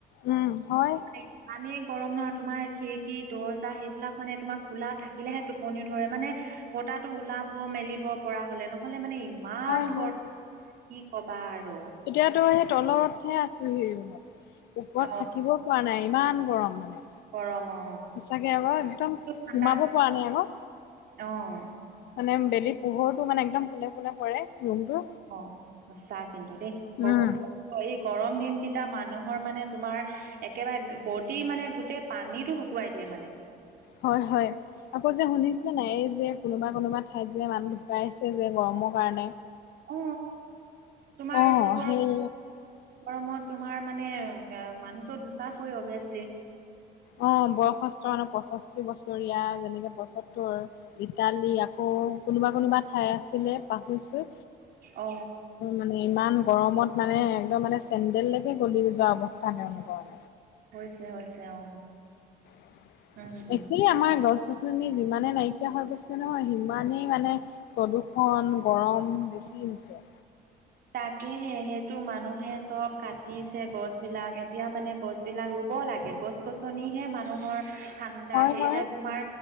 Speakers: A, on the left (about 80°); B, on the right (about 65°).
A: উম, হয়।
B: মানে ইমানেই গৰম নহয় তোমাৰ খিৰিকী দৰ্জা সেইবিলাক মানে তোমাৰ খোলা থাকিলেহে টোপনি ধৰে মানে বতাহটো ওলাব মেলিব পৰা হলে নহ'লে মানে ই ইমান
A: হয় হয়
B: গৰম কি কবা আৰু।
A: এতিয়াতো সেই তলতহে আছোহি ৰুমত ওপৰত
B: অ
A: থাকিবও পৰা নাই ইমান গৰম মানে।
B: গৰম অ,
A: সঁচাকে আকৌ একদম
B: ঠাণ্ডা
A: সুমাব পৰা নাই আকৌ।
B: অ
A: মানে বেলি পোহৰটো মানে একদম পোনে পোনে পৰে। ৰুমটো।
B: অ', সঁচা কিন্তু দেই বহুত
A: উম,
B: এই গৰম দিন কেইটা মানুহৰ মানে তোমাৰ একেবাৰে বডি মানে গোটেই পানীটো শুকুৱাই দিয়ে মানে।
A: হয় হয় আকৌ যে শুনিছোঁ <inaudible> নাই যে কোনোবা কোনোবা ঠাইত যে মানুহ ঢুকাইছে যে গৰমৰ কাৰণে,
B: অ তোমাৰ
A: অ,
B: এইটো গৰম
A: সেই
B: গৰমত তোমাৰ মানে মানুহতো ঢুকা পৰে অভিয়াচলি।
A: অ, বয়সষ্ঠ মানে পয়ষষ্ঠি বছৰীয়া যেনেকে পয়সত্তৰ ইটালী আকৌ কোনোবা কোনোবা ঠাই আছিলে পাহৰিছোঁ।
B: অ
A: মানে ইমান গৰমত মানে একদম মানে চেন্দেললৈকে গলি যোৱা অৱস্থা তেওঁলোকৰ।
B: হৈছে হৈছে অ,
A: <inaudible>
B: উম হম
A: এই আমাৰ গছ-গছনি যিমানে নাইকিয়া হৈ গৈছে নহয় সিমানেই মানে প্ৰদূ্ষণ, গৰম বেছি হৈছে।
B: তাকেহে সেইটো মানুহে চব কাট- দিছে গছবিলাক এতিয়া মানে গছবিলাক ৰুব লাগে গছ-গছনিহে মানুহৰ, ঠাণ্ডা
A: হয়
B: আহে
A: হয়
B: এতিয়া তোমাৰ